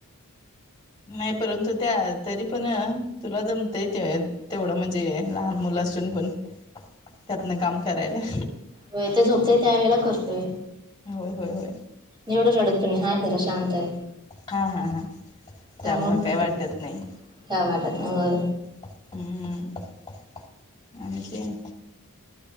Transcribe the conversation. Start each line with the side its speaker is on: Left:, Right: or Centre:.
Left: नाही परंतु त्या तरी पण तुला जमतय ते. तेवढं म्हणजे लहान मुलं असून पण, त्यातन काम करायलां.
Right: व्हय ते झोपतय त्या वेळेला करतोय.
Left: होय होय होय!
Right: एवढ रडत पण नाही, आहे जरा शांत आहे.
Left: हा हा हा
Right: त्यामुळे
Left: त्यामुळ
Right: होतय
Left: काय वाटत नाही.
Right: काय वाटत नाही व्हय.
Left: हूं! हं! आणखीन.